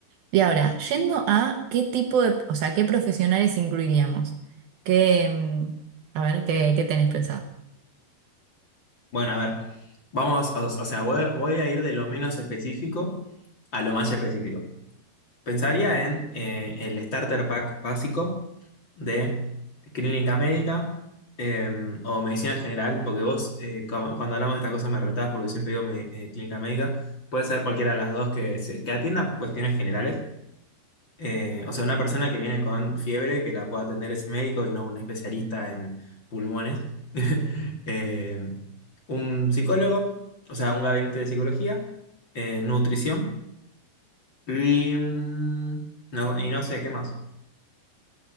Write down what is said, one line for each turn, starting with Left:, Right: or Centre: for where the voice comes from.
Right: Y ahora, yendo a qué tipo de, o sea, qué profesionales incluiríamos. ¿Qué, mm, a ver, qué, qué tenés pensado?
Left: Bueno, a ver, vamos, o, o sea, voy, voy a ir de lo menos específico a lo más específico. Pensaría en eh, el starter pack básico de clínica médica eh, o medicina general, porque vos, eh, cu- cuando hablamos de estas cosas me retás porque siempre digo me- eh, clínica médica, puede ser cualquiera de las dos que, se- que atienda cuestiones generales. Eh, o sea, una persona que viene con fiebre que la pueda atender ese médico y no un especialista en pulmones. <laughs> Eh, un psicólogo, o sea, un gabinete de psicología, eh, nutrición. Y, mm, no, y no sé, ¿qué más?